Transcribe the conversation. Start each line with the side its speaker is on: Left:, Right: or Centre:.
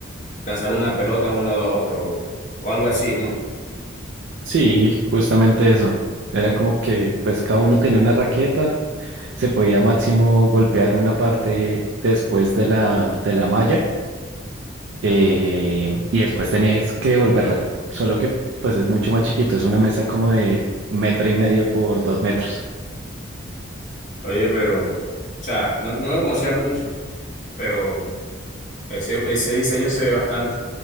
Left: lanzar una pelota de un lado a otro o algo así, ¿no?
Right: Sí, justamente eso. Era como que pues cada uno tenía una raqueta. Se podía máximo golpear una parte después de la, de la malla eh, y después tenías que devolverla. Solo que pues es mucho más chiquito, es una mesa como de metro y medio por dos metros.
Left: Oye, pero, o sea, no, no lo conocía mucho, pero ese, ese diseño se ve bastante.